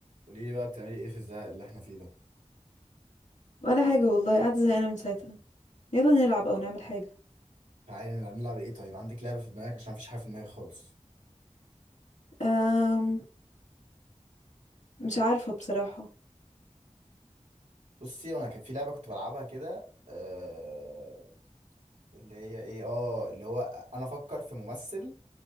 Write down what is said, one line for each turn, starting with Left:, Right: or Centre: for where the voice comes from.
Right: قولي لي بقى بتعملي ايه في الزهق اللي احنا فيه ده
Left: ولا حاجة والله قاعدة زهقانة من ساعتها يلا نلعب أو نعمل حاجة
Right: تعالي نلعب نلعب ايه طيب عندك لعبه في دماغك عشان مفيش حاجه في دماغي خالص
Left: أم... مش عارفة بصراحة
Right: بصي وانا كان في لعبه كنت بلعبها كده آه اللي هي ايه اه اللي هو انا افكر في ممثل